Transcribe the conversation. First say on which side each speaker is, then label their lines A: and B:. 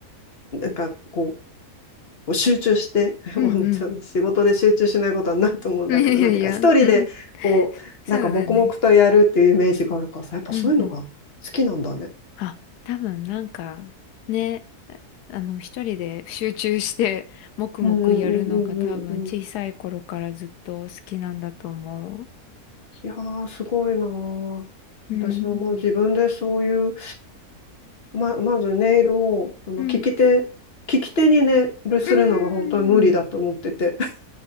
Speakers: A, on the left; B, on the left.
A: う、なんか、こう、こう集中して、<laughs>
B: うん
A: もうちょっと仕事で集中しないことはないと思うんだけど、
B: うん。<laughs>
A: なんていうか、
B: いや、
A: 一人で、
B: <laughs>
A: こう、
B: そうだね。
A: なんか、黙々とやるっていうイメージがあるからさ、やっぱそういうのが好きなんだね。
B: うんうん。あ、多分なんかね、あの一人で集中して黙々やるのが多分小さい頃からずっと好きなんだと思う。
A: うんうんうんうんうんうん。いやー、すごいなー。
B: うん、
A: 私はもう自分でそういう、ま、まずネイルを、その、
B: うん、
A: 利き手、利き手にネイルするのが本当に無理だと思ってて。
B: うん、うん、
A: <laughs>